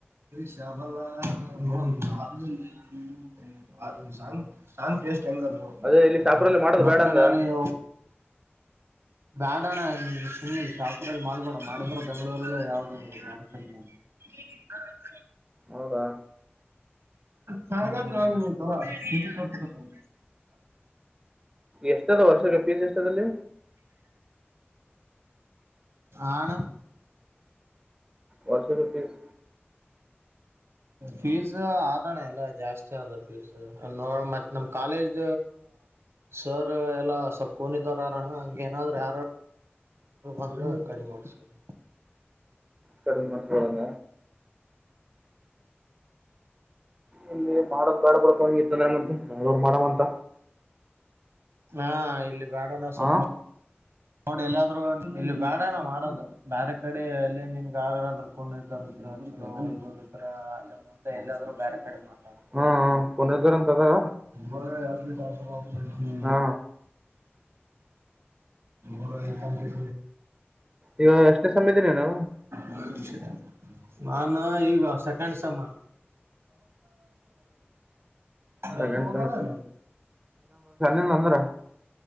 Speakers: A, on the right; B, on the right.
A: ಶಬಲ <unintelligible> ಸಾಂಗ್ ಸಾಂಗ್ ಟೇಸ್ಟ್ ಹೆಂಗ <unintelligible>
B: ಅದೇ ಇಲ್ಲಿ ಶಾಪುರಲ್ಲಿ ಮಾಡೋದು
A: ಮತ್ತೆ
B: ಬೇಡ ಅಂದ
A: ನಾನ <inaudible> ಬ್ಯಾಡ ಅಣ್ಣ ಸುಮ್ನೆ ಶಾಪುರಲ್ಲಿ ಮಾಡಲ್ಬಡಣ ಮಾಡಿದ್ರ ಬೆಂಗ್ಳೂರಲ್ಲ ಯಾವ್ದಂದ್ರರು ಬ ಕ ಹ <unintelligible>
B: ಹೌದಾ
A: ಸಾಗ ಆಲ್ವಾ ಕೊ <unintelligible>
B: ಎಷ್ಟದ ವರ್ಷಕ್ಕೆ ಫೀಸ್ ಎಷ್ಟದಲ್ಲಿ
A: ಆಣ
B: ವರ್ಷಕ್ಕೆ ಫೀಸ್
A: ಫೀಸ್ ಆದಣ ಅಲ್ಲ ಜಾಸ್ತಿ ಆದ ಫೀಸ್ ನೋ ಮತ್ತ ನಮ್ ಕಾಲೇಜ ಸರ್ ಎಲ್ಲಾ ಸಪ್ಕೊಂಡಿದಾರ ಅರಣ್ಣ ಹಂಗೇನಾದ್ರ ಯಾರ ಒಂದ್ರ ಕಡಿಮ ಮಾಡ ಸರ್
B: ಕಡಮ ಮಾಡ್ಸ್ಕೊಳಣ ಇಲ್ಲಿ ಮಾಡದ ಬ್ಯಾಡ್ ಬರ್ಕ ಹಂಗಿತ್ತಂದ ಏನಂತೆ ಯಾವ್ರು ಮಾಡವಂತ
A: ಹಾ ಇಲ್ಲಿ ಬ್ಯಾಡಣ ಸ್ವಪ್
B: ಹಾ
A: ನೋಡಿ ಎಲ್ಲಾದ್ ಇಲ್ಲಿ ಬಾರಣ್ಣ ಮಾಡೋದು ಬೇರೆ ಕಡೆ ಎಲ್ಲಿ ನಿನ್ ಆಾರಾದರು <unintelligible> ಇದ್ರವರು ಇದ್ರ ಅಲ್ಲಿ ಮುಂದೆ ಎಲ್ಲಾದ್ ಬೇರೆ ಕಡೆ ಮಾತಾಡ <unintelligible>
B: ಹ್ಮ್ ಪನರ ಜೋರ ಅಂತ ಅದಾರ
A: ಬರ ಅದಲಿ ತಾಸ ಹ್ಮ
B: ಹಾ
A: ಬರ ನಿಕಾಲತ
B: ಈಗ ಎಷ್ಟನೇ ಸಮಯದಿನೇನ
A: ಹಷ ನಾನ ಈಗ ಸೆಕೆಂಡ್ ಸಮಾನ ಅ
B: ಸೆಕೆಂಡ್
A: ತೋದಸ
B: ಹ ನಂದ್ರ